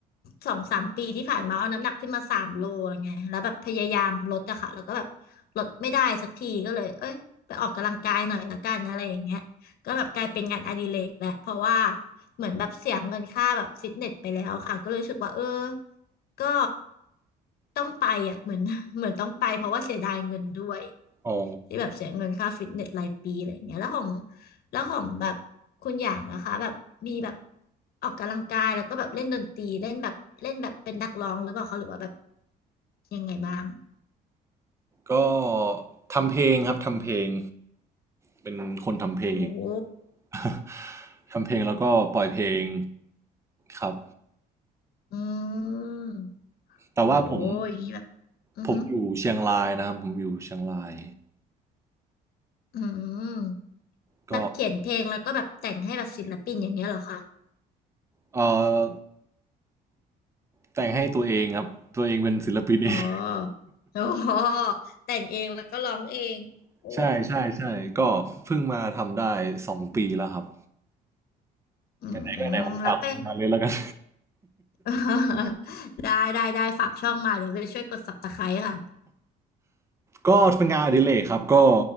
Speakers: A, on the left; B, on the right.
A: สองสามปีที่ผ่านมาเอาน้ำหนักขึ้นมาสามโลอะไรเงี้ยแล้วแบบพยายามลดอะค่ะแล้วก็แบบลดไม่ได้สักทีก็เลยเอ้ยไปออกกำลังกายหน่อยละกันอะไรอย่างเงี้ยก็แบบกลายเป็นงานอดิเรกแหละเพราะว่าเหมือนแบบเสียเงินค่าแบบฟิตเนสไปแล้วค่ะก็เลยรู้สึกว่าเออก็ต้องไปอะเหมือนเหมือนต้องไปเพราะว่าเสียดายเงินด้วย
B: อ๋อ
A: ที่แบบเสียเงินค่าฟิตเนสรายปีอะไรอย่างเงี้ยแล้วของแล้วของแบบคุณอย่างนะคะแบบมีแบบออกกำลังกายแล้วก็แบบเล่นดนตรีเล่นแบบเล่นแบบเป็นนักร้องหรือเปล่าคะหรือว่าแบบยังไงบ้าง
B: ก็ทำเพลงครับทำเพลงเป็นคนทำเพลง
A: โอ้โห
B: <laughs> ทำเพลงแล้วก็ปล่อยเพลงครับ
A: อืม
B: แต่ว่าผม
A: โหอย่างนี้แบบอือฮึ
B: ผมอยู่เชียงรายนะครับผมอยู่เชียงราย
A: อืม
B: ก็
A: แบบเขียนเพลงแล้วก็แบบแต่งให้แบบศิลปินอย่างเงี้ยเหรอคะ
B: เอ่อแต่งให้ตัวเองครับตัวเองเป็นศิลปินเอง
A: อ๋อโอ้โหแต่งเองแล้วก็ร้องเองโอ้
B: <laughs> ใช่ใช่ใช่ก็เพิ่งมาทำได้สองปีแล้วครับ
A: อืม
B: ไหนๆก็ไหนผมฝากผลงานเลยแล้วกัน
A: แล้วไป <laughs> ได้ได้ได้ฝากช่องมาเดี๋ยวไปช่วยกดซับสไคร b ์ค่ะ
B: ก็เป็นงานอดิเรกครับก็